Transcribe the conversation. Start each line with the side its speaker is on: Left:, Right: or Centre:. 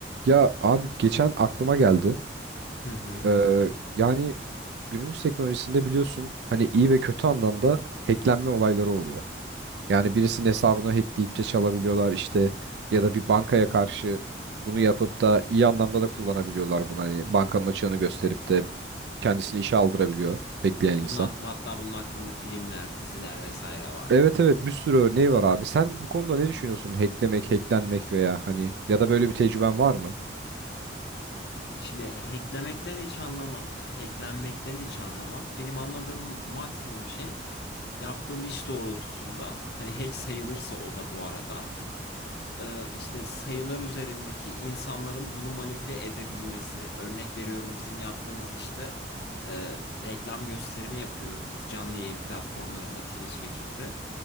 Right: Ya abi geçen aklıma geldi.
Left: Hı hı.
Right: Ee, yani günümüz teknolojisinde biliyorsun hani iyi ve kötü anlamda hacklenme olayları oluyor. Yani birisinin hesabını hackleyip de çalabiliyorlar işte ya da bir bankaya karşı bunu yapıp da iyi anlamda da kullanabiliyorlar bunu. Hani bankanın açığını gösterip de kendisini işe aldırabiliyor hackleyen
Left: Bunun
Right: insan.
Left: hat- hatta bunun hakkında filmler, diziler vesaire var.
Right: Evet evet bir sürü örneği var abi. Sen bu konuda ne düşünüyorsun? Hacklemek, hacklenmek veya hani ya da böyle bir tecrüben var mı?
Left: Şimdi hacklemekten hiç anlamam. Hacklenmekten hiç anlamam. Benim anladığım maksimum şey yaptığım iş doğrultusunda hani hack sayılırsa o da bu arada e, işte sayılar üzerindeki insanların bunu manipüle edebilmesi. Örnek veriyorum bizim yaptığımız işte e, reklam gösterimi yapıyoruz biz canlı yayın platformlarında Twitch ve Kick'te.